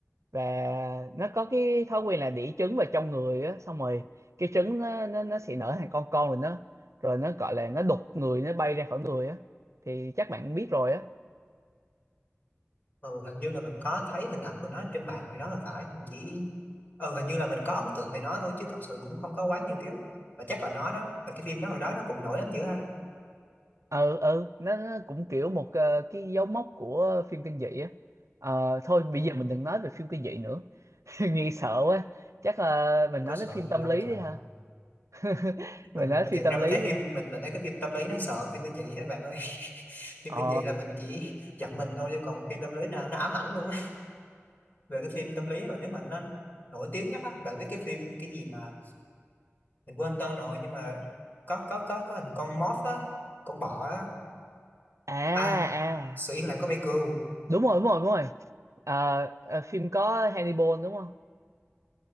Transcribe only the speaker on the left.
ừ, hình như là mình có thấy hình ảnh của nó trên mạng thì đó là phải mình chỉ ừ hình như là mình có ấn tượng về nó thôi chứ thật sự cũng không có quá nhiều ký ức mà chắc là nó đó là cái phim đó hồi đó nó cũng nổi lắm dữ ha
ừ,
có
sợ
gì
đâu
trời
mình
mình
thiệt
ra mình
thấy
phim mình mình thấy cái phim tâm lý đáng sợ phim kinh dị các bạn ơi <laughs> phim
kinh dị là mình chỉ giật mình thôi chứ còn phim tâm lý là nó ám ảnh luôn á về cái phim tâm lý mà nếu mà nó nổi tiếng nhất á bạn biết cái phim cái gì mà mình quên tên rồi nhưng mà có có có có hình con moth á con bọ á
à
sự yên lặng của Baker